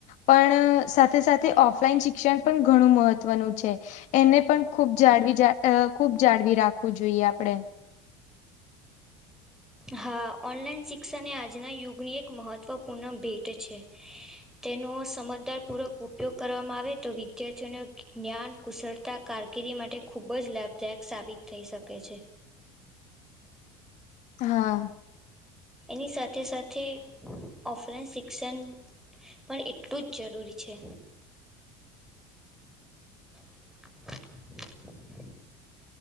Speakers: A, on the left; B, in the centre.
A: પણ સાથે-સાથે ઓફલાઈન શિક્ષણ પણ ઘણું મહત્વનું છે. એને પણ ખૂબ જાળવી જા અહ ખૂબ જાળવી રાખવું જોઈએ આપણેે.
B: હા. ઓનલાઈન શિક્ષણ એ આજ ના યુગની એક મહત્ત્વપૂર્ણ ભેટ છે. તેનો સમજદારપૂર્વક ઉપયોગ કરવામાં આવે તો વિદ્યાર્થીઓને જ્ઞાન, કુશળતા કારકિર્દી માટે ખૂબ જ લાભદાયક સાબિત થઈ શકે છે.
A: હા.
B: એની સાથે-સાથે ઓફલાઈન શિક્ષણ પણ એટલું જ જરૂરી છે. <inaudible>